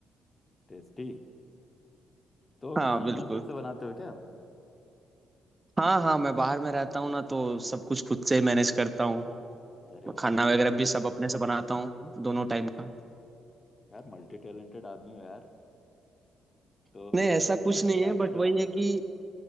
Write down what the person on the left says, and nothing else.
टेस्टी तो
खाना
वाना खुद से बनाते हो क्या
अरे
वाह
यार मल्टी टैलेंटेड आदमी हो यार तो
क्या
क्या क्या
क्या
बना लेते
हो